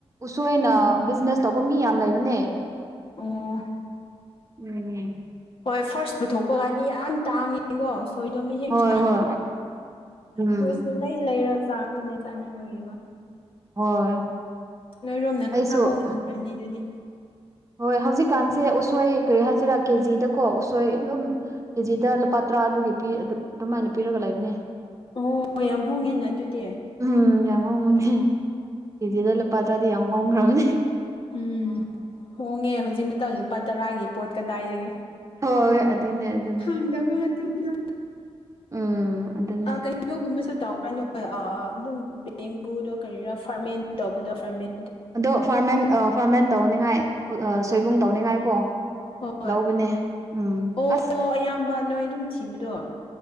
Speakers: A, on the right; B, on the left.
A: ꯎꯁꯣꯏꯅ
B: ꯎꯝ
A: ꯕꯤꯖꯤꯅꯦꯁ ꯇꯧꯕ ꯃꯤ ꯌꯥꯝꯅ ꯂꯩꯕꯅꯦ
B: ꯑꯣ
A: ꯎꯝ
B: ꯍꯣꯏ ꯐꯥꯔꯁ ꯄꯨꯊꯣꯛꯄ ꯀꯥꯟꯗꯤ ꯌꯥꯝ ꯇꯥꯡꯉꯦꯀꯣ ꯊꯣꯏꯗꯣꯃꯤ ꯍꯦꯛ
A: ꯍꯣꯏ
B: ꯆꯥ
A: ꯍꯣꯏ ꯎꯝ
B: ꯍꯣꯏꯁꯨ ꯂꯩ ꯂꯩꯔ ꯆꯥꯔꯕꯅꯦ ꯆꯥꯅꯤꯡꯕꯒꯤꯀ
A: ꯍꯣꯏ
B: ꯅꯣꯏꯔꯣꯝꯅ
A: ꯑꯩꯁꯨ
B: ꯈꯔ ꯍꯣꯡ ꯌꯥꯝꯈ꯭ꯔꯅꯤ ꯑꯗꯨꯗꯤ
A: ꯍꯣꯏ ꯍꯧꯖꯤꯛꯀꯥꯟꯁꯦ ꯎꯁꯣꯏ ꯀꯔꯤ ꯍꯥꯏꯁꯤꯔꯥ ꯀꯦꯖꯤꯗꯀꯣ ꯎꯁꯣꯏ ꯑꯗꯨꯝ ꯀꯦꯖꯤꯗ ꯂꯨꯄꯥ ꯇꯔꯥ ꯑꯗꯨꯒꯤ ꯄꯤ ꯑꯗꯨ ꯑꯗꯨꯃꯥꯏꯅ ꯄꯤꯔꯒ ꯂꯩꯕꯅꯦ
B: ꯑꯣ ꯍꯣꯏ ꯌꯥꯝ ꯍꯣꯡꯉꯦꯅ ꯑꯗꯨꯗꯤ
A: ꯎꯝ ꯌꯥꯝ ꯍꯣꯡꯕꯅꯤ ꯀꯦꯖꯤꯗ ꯂꯨꯄꯥ ꯇꯔꯥꯗꯤ ꯌꯥꯝ ꯍꯣꯡꯈ꯭ꯔꯕꯅꯦ
B: ꯎꯝ ꯍꯣꯡꯉꯦ ꯍꯧꯖꯤꯛ ꯃꯇꯝ ꯂꯨꯄꯥ ꯇꯔꯥꯒꯤ ꯄꯣꯠ ꯀꯗꯥꯏꯗꯒꯤ
A: ꯍꯣꯏ ꯍꯣꯏ ꯍꯣꯏ ꯑꯗꯨꯅꯦ ꯑꯗꯨꯅꯦ
B: ꯍꯥꯡꯗꯕ ꯃꯇꯝꯗ
A: ꯎꯝ ꯑꯗꯨꯅꯦ
B: ꯑ ꯀꯩꯅꯣꯒꯨꯝꯕꯁꯨ ꯇꯧꯕ꯭ꯔꯥ ꯅꯣꯏ ꯑꯗꯨꯝ ꯕꯦꯝꯕꯨꯗꯣ ꯀꯔꯤꯔꯣ ꯐꯥꯔꯃꯦꯟ ꯇꯧꯕꯗꯣ ꯐꯔꯃꯦꯟ
A: ꯑꯗꯣ ꯐꯥꯔꯃꯦꯟ ꯐꯥꯔꯃꯦꯟ ꯇꯧꯅꯤꯡꯉꯥꯏ ꯁꯣꯏꯕꯨꯡ ꯇꯧꯅꯤꯡꯉꯥꯏꯀꯣ
B: ꯍꯣꯏ
A: ꯂꯧꯕꯅꯦ ꯎꯝ
B: ꯑꯣ
A: ꯑꯁ
B: ꯑꯌꯥꯝꯕ ꯅꯣꯏ ꯑꯗꯨꯝ ꯊꯤꯕꯗꯣ ꯑꯣ